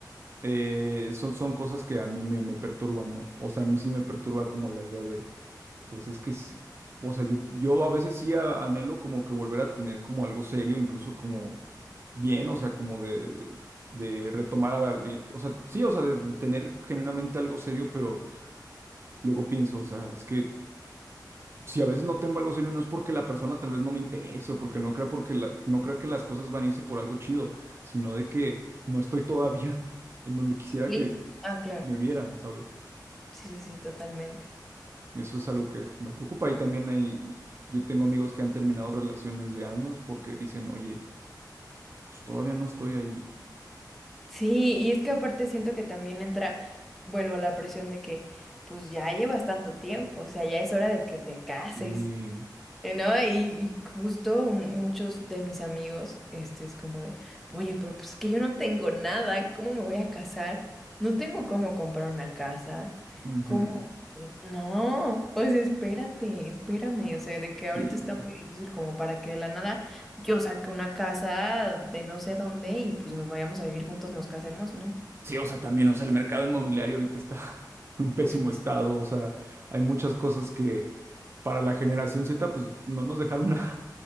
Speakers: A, on the right; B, in the centre.
A: eh, son, son cosas que a mí me, me perturban, ¿no? O sea, a mí sí me perturba como la idea de, pues es que, s- o sea, yo, yo a veces sí a- anhelo como que volver a tener como algo serio, incluso como bien, o sea, como de, de retomar a la, li- o sea, sí, o sea, de, de tener genuinamente algo serio, pero luego pienso, o sea, es que si a veces no tengo algo serio, no es porque la persona tal vez no me interese, o porque no crea, porque la, no crea que las cosas van a irse por algo chido, sino de que no estoy todavía <laughs> en donde quisiera
B: sí,
A: que,
B: Ah,
A: que
B: claro,
A: me vieran, ¿sabes?
B: sí, sí, sí, totalmente.
A: Eso es algo que me preocupa y también hay, yo tengo amigos que han terminado relaciones de años porque dicen, oye, pues todavía no estoy ahí.
B: Sí, y es que aparte siento que también entra, vuelvo a la presión de que, pues ya llevas tanto tiempo, o sea, ya es hora de que te cases.
A: Sí,
B: Eh, ¿No? Y, y justo muchos de mis amigos, este es como de, oye, pero pues es que yo no tengo nada, ¿cómo me voy a casar? No tengo cómo comprar una casa,
A: ujú,
B: ¿cómo? No, pues espérate, espérame, o sea, de que
A: sí.
B: ahorita está muy difícil como para que de la nada yo saque una casa de no sé dónde y pues nos vayamos a vivir juntos, nos casemos, ¿no?
A: Sí, o sea, también, o sea, el mercado inmobiliario ahorita está <laughs> en un pésimo
B: Uf,
A: estado, o sea, hay muchas cosas que para la generación Z, pues no nos dejaron <laughs> nada.